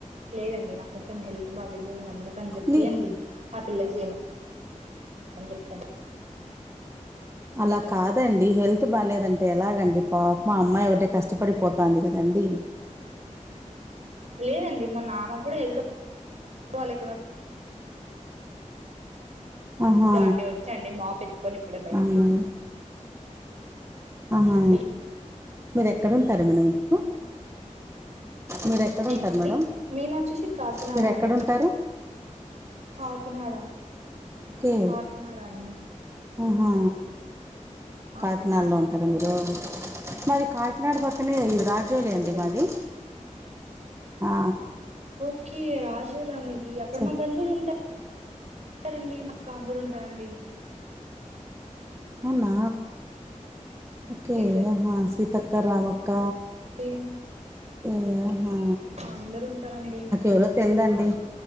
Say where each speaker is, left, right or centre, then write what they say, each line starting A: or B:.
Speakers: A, on the right; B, on the right.
A: లేదండి నాకు కొంచెం హెల్త్ బాలేదు ఇంక అందు కని చెప్పియండి
B: నీ
A: ఆ పిల్లని చేమని చెప్తండి
B: అలా కాదండి హెల్త్ బాలేదంటే ఎలాగండి పాపము ఆ అమ్మాయి ఒకటే కష్టపడిపోతుంది కదండి
A: లేదండి మొన్న ఆమెకు కూడా హెల్త్ బాలే
B: ఆహా
A: దండి వచ్చాండి మాపు ఎత్తుకొని ఇప్పుడే బయటికి
B: అవునండి ఆహా
A: అవునండి
B: మీరు ఎక్కడ ఉంటారు మేడం ఇప్పుడు మీరు ఎక్కడుంటారు
A: ఏ నేనండి
B: మేడం
A: మేము వచ్చేసి కాకినాడ
B: మీరు ఎక్కడుంటారు
A: అండి కాకినాడ
B: ఓకే
A: కాకినాడ అండి
B: ఆహా
A: అవునండి
B: కాకినాడలో ఉన్ టారా మీరు మాది కాకినాడ పక్కనే ఇ రాజోలి
A: అవునండి
B: అండి మాది ఆ
A: ఓకే రాజులాం మీది అక్కడ
B: చె
A: మా బంధువులు ఉంటా టారండి మక్క అందరు ఉంటారండి
B: అవునా ఓకే
A: ఇంతే
B: హా సీతక్క, రామక్క
A: ఏ
B: ఏ హా
A: అందరు ఉంటారండి
B: ఎవరో తెలిదండి